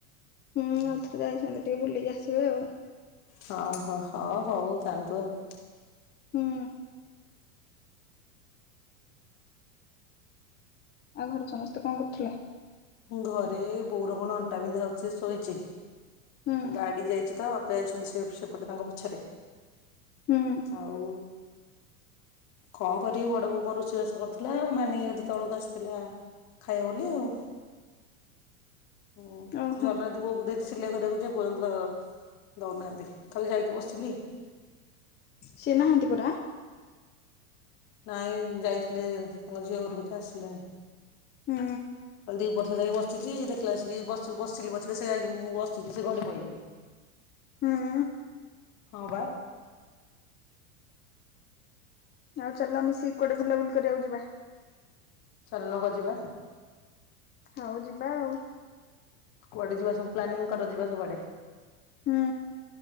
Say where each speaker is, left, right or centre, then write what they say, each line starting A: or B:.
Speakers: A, on the left (about 25°); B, on the left (about 50°).
A: ହୁଁ ଆଉ ଥରେ ଯାଇଛନ୍ତି ଟିକେ ବୁଲିକି ଆସିବେ ଆଉ।
B: ହଁ ହଁ ହ ହଉ ଯାଆନ୍ତୁ ଆଉ।
A: ହୁଁ। ଆଉ ଘରେ ସମସ୍ତେ କଣ କରୁଥିଲେ?
B: ଘରେ ବୋଉର କଣ ଅଣ୍ଟା ବିିନ୍ଧା ହୋଉଚି ଯେ ଶୋଇଚି।
A: ହୁଁ
B: ଗାଡି ଯାଇଚି ତ ବା ପା ଯାଇଛନ୍ତି ସେ ସେପଟେ ତାଙ୍କ ପୋଛରେ
A: ହୁଁ
B: ଆଉ
A: <inaudible>
B: କଣ କରିବି ବଡ ବୋଉ କଁ ରୋଷେଇ ବାସ କରୁଥିଲା। ମାନି ଦି ତଳକୁ ଆସିଥିଲା। ଖାଇବ ବୋଲି ଆଉ
A: <inaudible>
B: ଓ
A: ଓହୋ
B: ଜର୍ନାଦୀ ବୋଉ କୁ ଦେଇଚି ସିଲେଇ କରିବାକୁ। ଯେ ଏପର୍ଯ୍ୟନ୍ତ ଦୋଉନାହାନ୍ତି ଖାଲି ଯାଇକି ବସିଲି।
A: ସିଏ ନାହାନ୍ତି ପରା।
B: ନାଇଁ ଯାଇଥିଲେ ତାଙ୍କ ଝିଅ ଘରକୁ ଯେ ଆସିଲେଣି।
A: ହୁଁ।
B: କାଲି ଦିପହର ସାରା ଯାଇକି ବସିଚି ଦେଖିଲା ଆସିକି ବସି ବସିଲି ପଛେ ସେ ମୁଁ ବସିଛିି ସେ ଗଡି ପଇଲେଣି।
A: ହୁଁ
B: ହଁ ବା।
A: ଆଉ ଚାଲ ମିଶିକି କୁଆଡେ ବୁଲାବୁଲି କରିବାକୁ ଯିବା।
B: ଚାଲୁନ କୁଆ ଯିବା।
A: ହଉ ଯିବା ଆଉ।
B: କୁଆଡେ ଯିବା ସବୁ ପ୍ଲାନୀଙ୍ଗ କର ଯିବା ସବୁଆଡେ।
A: ହୁଁ।